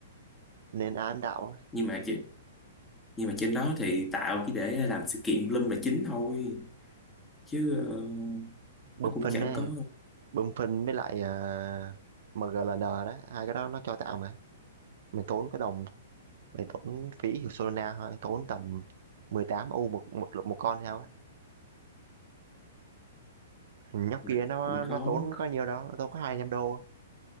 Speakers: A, on the right; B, on the left.
A: nên ai cũng đạo
B: nhưng mà chỉ nhưng mà trên đó thì tạo chỉ để làm sự kiện lum là chính thôi chứ ờ,
A: bơm
B: nó cũng
A: phân
B: chẳng
A: đấy
B: có
A: bơm phân với lại à, MGLN đó hai cái đó nó cho tạo mà mày tốn cái đồng mày tốn phí hiệu Solana thôi tốn tầm 18 u một một một con theo á, nhóc
B: mình
A: kia nó
B: cũng
A: nó
B: khó
A: tốn có nhiều đâu nó tốn có hai trăm đô